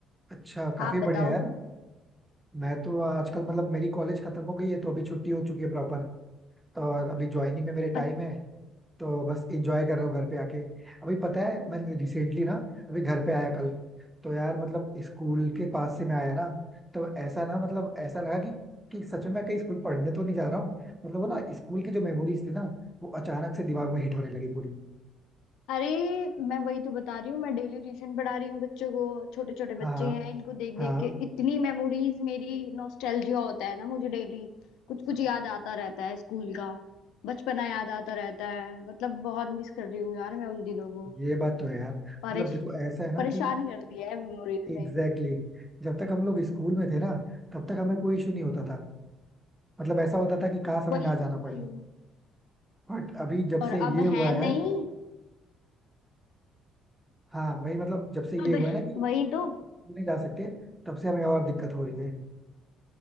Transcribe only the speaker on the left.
आप बताओ
अ-
अरे मैं वही तो बता रही हूँ मैं डेली ट्यूशन पढ़ा रही हूँ बच्चों को छोटे छोटे
बच्चे हैं इनको देख देख
के इतनी मेमोरीज मेरी नॉस्टैल्जिया होता है ना मुझे डेली कुछ
कुछ याद आता रहता है स्कूल का बचपना याद आता रहता है मतलब बहुत मिस कर रही हूँ यार मैं उन दिनों को
परेश
परेशान
कर दिया है मेमोरीज
ने
वही
वही
और
अब
है नहीं
अब
वही तो